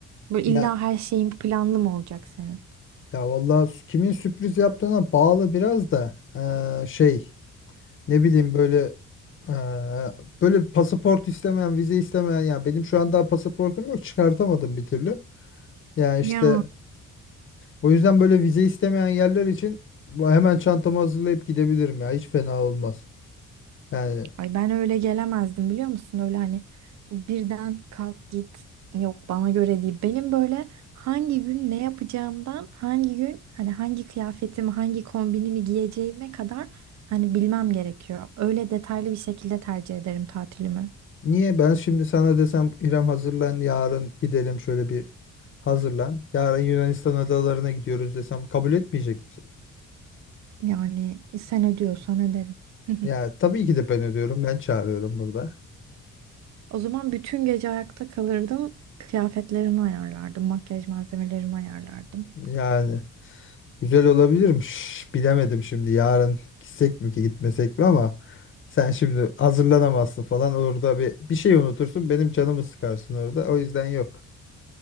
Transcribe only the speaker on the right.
böyle
illa her şeyin planlı mı olacak senin?
Ya
Ay ben öyle gelemezdim biliyor musun? Öyle hani birden kalk git yok bana göre değil. Benim böyle hangi gün ne yapacağımdan hangi gün hani hangi kıyafetimi hangi kombinimi giyeceğime kadar hani bilmem gerekiyor. Öyle detaylı bir şekilde tercih ederim tatilimi.
Yani sen ödüyorsan ederim. <laughs>
O zaman bütün gece ayakta kalırdım. Kıyafetlerimi ayarlardım, makyaj malzemelerimi ayarlardım.